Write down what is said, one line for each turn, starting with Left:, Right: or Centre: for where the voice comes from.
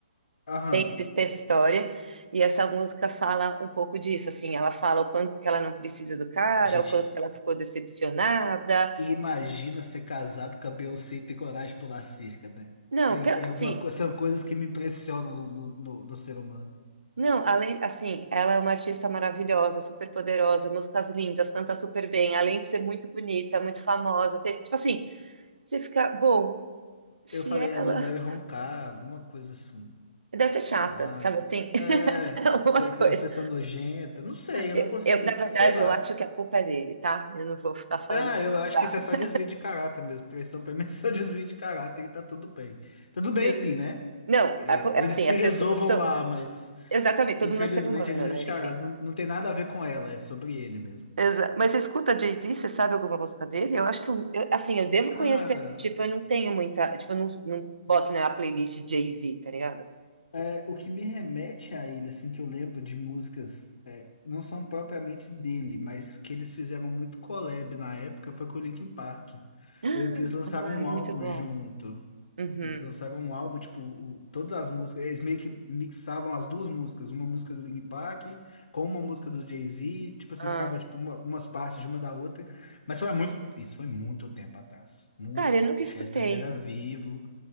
Left: Aham.
Right: Tem, esse- tem essa história. E essa música fala um pouco disso, assim, ela fala o quanto que ela não precisa do cara,
Left: Gente,
Right: o quanto que ela ficou decepcionada.
Left: imagina ser casado com a Beyoncé e ter coragem de pular cerca, né?
Right: Não,
Left: É,
Right: pe- assim,
Left: é uma, co- são coisas que me impressionam no, no, no- no ser humano.
Right: não, além, assim, ela é uma artista maravilhosa, super poderosa, músicas lindas, canta super bem, além de ser muito bonita, muito famosa, ter- tipo assim, você fica, bom, se
Left: Eu falei,
Right: ela
Left: ela deve roncar, alguma coisa assim.
Right: deve ser
Left: Sei
Right: chata,
Left: lá.
Right: sabe assim? <laughs>
Left: É,
Right: Alguma
Left: ser aquelas
Right: coisa.
Left: pessoas nojentas. Não sei, eu
Right: Eu,
Left: não consigo,
Right: eu, na verdade,
Left: sei lá.
Right: eu acho que a culpa é dele, tá? Eu não vou ficar falando
Left: Ah,
Right: que
Left: eu
Right: ela é
Left: acho
Right: chata.
Left: que isso é só desvio de caráter mesmo. Traição pra mim é só <laughs> desvio de caráter e tá tudo bem. Tá Tudo bem
Right: Sim.
Left: assim, né?
Right: Não,
Left: É,
Right: a co-
Left: Eles
Right: assim,
Left: que se
Right: as
Left: resolvam
Right: pessoas são.
Left: lá, mas
Right: Exatamente,
Left: infelizmente
Right: todo mundo é ser humano,
Left: é desvio
Right: né?
Left: de
Right: Enfim.
Left: caráter. Não, não tem nada a ver com ela, é sobre ele mesmo.
Right: Exa- Mas você escuta Jay-Z, você sabe alguma música dele? Eu acho que, eu, eu- assim, eu devo
Left: Cara.
Right: conhecer, mas, tipo, eu não tenho muita. Tipo, eu não, não boto na playlist Jay-Z, tá ligado?
Left: É, o que me remete a ele, assim, que eu lembro de músicas, é, não são propriamente dele, mas que eles fizeram muito collab na época, foi com o Linkin Park.
Right: <gasps>
Left: Eu lembro que eles lançaram
Right: Ai,
Left: um álbum
Right: muito bom.
Left: junto.
Right: Uhum.
Left: Eles lançaram um álbum, tipo, o- todas as músicas, eles meio que mixavam as duas músicas, uma música do Linkin Park com uma música do Jay-Z, tipo assim,
Right: Ah,
Left: ficava tipo uma- umas partes de uma da outra. Mas foi há muito, isso foi muito tempo atrás, muito
Right: cara, eu
Left: tempo.
Right: nunca escutei.
Left: O Chester ainda era vivo.